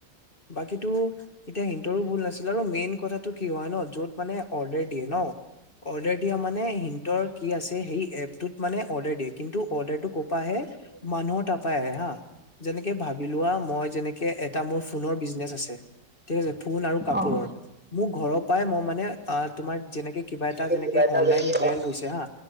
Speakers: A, on the left; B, in the centre.
A: বাকীতো এতিয়া সিহতৰো ভুল নাছিল ন আৰু মেইন কথাটো কি হয় ন য'ত মানে অৰ্ডাৰ দিয়ে ন অৰ্ডাৰ দিয়া মানে সিহতৰ কি আছে সেই এপ মানে অৰ্ডাৰ দিয়ে কিন্তু অৰ্ডাৰটোোক ক'পা আহে মানুহৰ টাপাই আহে হা যেনেকে ভাব মই যেনেকে এটা মোৰ ফোনৰ বিজনেছ আছে তে যে ফোন আৰু কাপোৰৰ
B: অঁ
A: মোৰ ঘৰৰ পৰাই মই মানে তোমাৰ যেনে কিবা এটা
B: যেনেকে
A: যেনে
B: কিবা এটা
A: অনলান
B: যেনেকে
A: ব্ৰেণ্ড
B: অৰ্ডাৰ
A: হৈছে হা